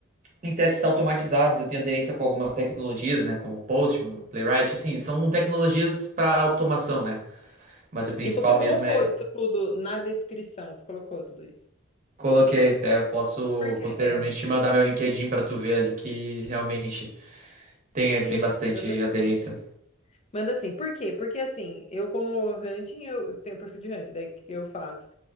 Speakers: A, on the right; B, on the left.
A: em testes automatizados, eu tenho aderência com algumas tecnologias, né, como Postman, Playwright, assim, são tecnologias para automação, né? Mas o principal
B: E você colocou
A: mesmo é
B: isso tudo na descrição, você colocou tudo isso.
A: coloquei, até posso
B: Porque
A: posteriormente
B: é,
A: te mandar meu LinkedIn para tu ver ali que realmente tem
B: Sim,
A: tem bastante
B: manda sim.
A: aderência.
B: Manda sim. Por quê? Porque assim, eu como hunting, eu tenho perfil de hunting, daí o que que eu faço?